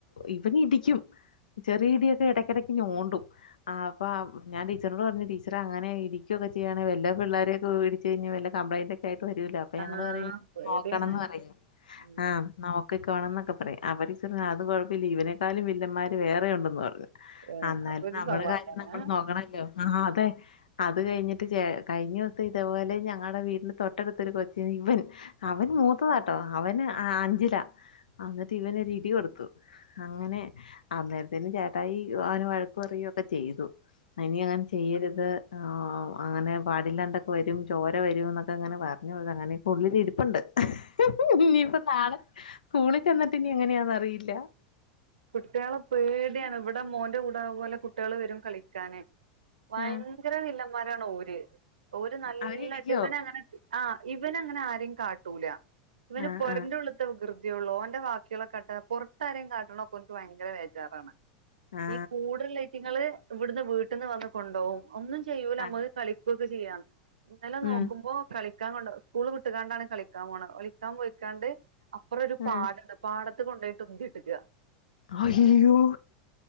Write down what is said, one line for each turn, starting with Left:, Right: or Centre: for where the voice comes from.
Left: ഇവനിടിക്കും ചെറിയ ഇടിയൊക്കെ ഇടയ്ക്കിടക്ക് ഞോണ്ടും ആ അപ്പ ഞാ ടീച്ചറിനോട് പറഞ്ഞു ടീച്ചറെ അങ്ങനെ ഇടിക്കുവൊക്കെ ചെയ്യാണെ വല്ല പിള്ളെരേം ഓ ഇടിച്ച് കഴിഞ്ഞ് വല്ല കമ്പ്ലൈന്റ് ഒക്കെ ആയിട്ട് വരൂല്ലോ അപ്പൊ
Right: ആഹ്
Left: ഞങ്ങള് പറയും
Right: പേടിയാണ്
Left: നോക്കണംന്ന് പറയും
Right: ഉം
Left: ആ നോ <unintelligible> എന്നൊക്കെ പറയാം അവർ ടീച്ചർ പറഞ്ഞു അത് കുഴപ്പമില്ല ഇവനെക്കാളും വില്ലന്മാർ വേറെയുണ്ടെന്ന് പറഞ്ഞു
Right: ഏഹ്
Left: അന്നാലും
Right: അപ്പൊ ഒരു
Left: നമ്മള
Right: സമാധാനാ
Left: കാര്യം നമ്മള് നോക്കണല്ലോ ആഹ് അതെ അത് കഴിഞ്ഞിട്ട് കഴിഞ്ഞു ഇതേപോലെ ഞങ്ങളുടെ വീടിന് തൊട്ടടുത്തൊരു കൊച്ചിനെ ഇവൻ അവൻ മൂത്തതാട്ടോ അവന് അഞ്ചിലാ എന്നിട്ട് ഇവനൊരിടി കൊടുത്തു അങ്ങനെ അന്നേരത്തിന് ചേട്ടായി അവന വഴക്ക് പറയുക്കെ ചെയ്തു ഇനി അങ്ങനെ ചെയ്യരുത് അങ്ങനെ പാടില്ലാണ്ട വരും ചോര വരും എന്നൊക്കെ അങ്ങനെ പറഞ്ഞ് അങ്ങനെയൊക്കെ ഉള്ളിൽ ഇരിപ്പുണ്ട് ഇനിയിപ്പ നാളെ സ്കൂളിൽ ചെന്നിട്ട് ഇനി എങ്ങനെയാന്ന് അറിയില്ല
Right: കുട്ടിയാളെ പേടിയാണ് ഇവിടെ മോന്റെ കൂടെ അ പോലെ കുട്ടിയള് വരും കളിക്കാന് വയങ്കര
Left: ആ,
Right: വില്ലന്മാരാണ് ഓര് ഓര് നല്ല
Left: അവരിടിക്കോ
Right: <unintelligible> അങ്ങനെ ആഹ് ഇവന അങ്ങനെ ആരെയും കാട്ടൂല ഇവന്
Left: ആ
Right: പൊരന്റെ
Left: ആ
Right: ഉള്ള്ത്തെ വികൃ തിയൊള്ളു അവന്റെ വാക്കികളൊക്കെട്ട പുറത്താരിം കാട്ടണക്കെ ഓന്ക്ക് ഭയങ്കര വേജാറാണ്
Left: ആ
Right: ഈ കൂടല്ലേറ്റങ്ങള് ഇവിടുന്ന് വീട്ടിന്ന് വന്ന് കൊണ്ടോകും ഒന്നും ചെയ്യൂല നമ്മ
Left: ആ,
Right: കളിക്കുകൊക്കെ ചെയ്യാം ഇന്നലെ
Left: ഉം
Right: നോക്കുമ്പോ കളി സ്കൂള് വിട്ടുകാണ്ടാണ് കളിക്കാൻ പോണ് കളിക്കാൻ പോയിക്കാണ്ട് അപ്പറം ഒരു
Left: ഉം
Right: പാടുണ്ട് പാടത്ത് കൊണ്ടോയിട്ടു ഉന്തിട്ടിക്ക
Left: അയ്യോ